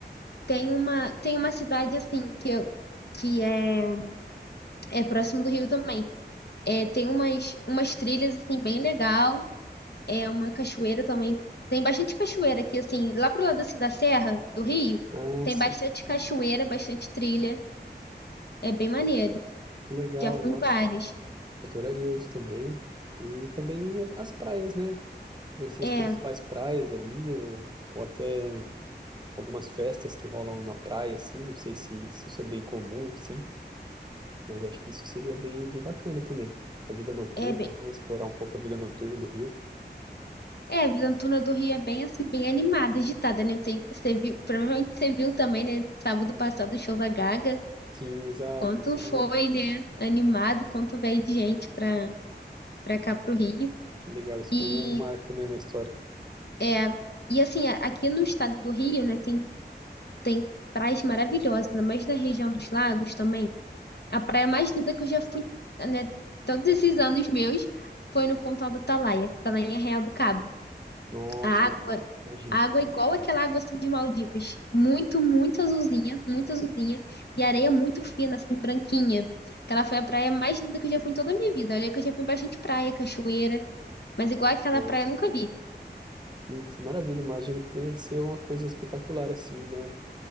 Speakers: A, on the left; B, on the right.
A: tem uma, tem uma cidade, assim, que, eu- que é, é próximo do Rio também. É, tem umas, umas trilhas, assim, bem legal. É uma cachoeira também. Tem bastante cachoeira aqui, assim, lá pro lado, assim, da Serra do Rio.
B: Ah,
A: Tem
B: sim.
A: bastante cachoeira, bastante trilha. É bem maneiro.
B: Que legal,
A: Já fui
B: nossa.
A: em várias.
B: Adoraria isso também. E também as praias, né? Conhecer as
A: É,
B: principais praias ali, ou, ou até algumas festas que rolam na praia, assim. Não sei se, se isso é bem comum, sim, mas acho que isso seria bem, bem bacana também. A vida noturna,
A: é bem.
B: né? Explorar um pouco a vida noturna do Rio.
A: É, a Vila Antuna do Rio é bem assim, bem animada, agitada, né? Você, você viu, provavelmente você viu também, né? Sábado passado o show da Gaga.
B: Sim, exato.
A: Quanto
B: Isso,
A: foi, né? Animado, quanto veio de gente pra, pra cá pro Rio.
B: que legal. Isso
A: E
B: foi um marco, né, na história.
A: é, e assim, a- aqui no estado do Rio, né, tem, tem praias maravilhosas, ainda mais na região dos lagos também. A praia mais linda que eu já fui, né, todos esses anos meus, foi no Pontal do Atalaia, fica lá em Arraial do Cabo.
B: Nossa,
A: A água
B: imagino.
A: Água igual aquela água assim de Maldivas. Muito, muito azulzinha, muito azulzinha. E areia muito fina, assim, branquinha. Aquela foi a praia mais linda que eu já fui em toda a minha vida. Olha que eu já fui em bastante praia, cachoeira. Mas igual aquela
B: Nossa,
A: praia eu nunca vi.
B: que, que maravilha. Imagino que deve ser uma coisa espetacular, assim, né?